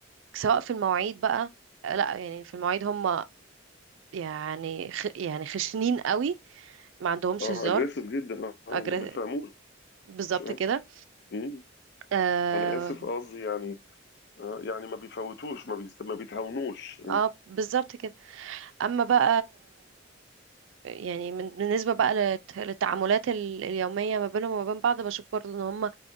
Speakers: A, on the right; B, on the left.
A: سواء في المواعيد بقى لا يعني في المواعيد هم يعني خ... يعني خشنين قوي ما عندهمش
B: اه
A: هزار
B: اجريسيف جدا اه
A: أجر...
B: ما بيتفهموش
A: بالظبط
B: آه.
A: كده
B: مم.
A: اه,
B: انا اسف قصدي يعني آه، يعني ما بيفوتوش ما بيست... ما بيتهاونوش
A: آه بالظبط كده اما بقى يعني من... بالنسبه بقى للت... للتعاملات ال... اليوميه ما بينهم وما بين بعض بشوف برضو ان هم